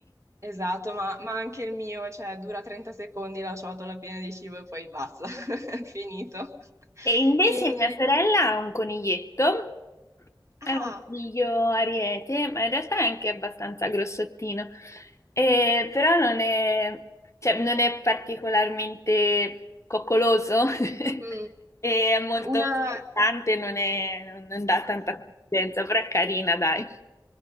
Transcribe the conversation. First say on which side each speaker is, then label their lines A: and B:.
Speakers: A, on the right (about 35°); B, on the left (about 35°).
A: Esatto, ma, ma anche il mio, cioè, dura 30 secondi la ciotola piena di cibo e poi basta, <laughs> è finito.
B: E invece
A: E,
B: mia sorella ha un coniglietto,
A: ah,
B: è un coniglio ariete, ma in realtà è anche abbastanza grossottino, Eh, però non è, cioè, non è particolarmente coccoloso, <laughs>
A: mm,
B: e è molto
A: una,
B: scottante, non è- non- non dà tanta consistenza, però è carina, dai.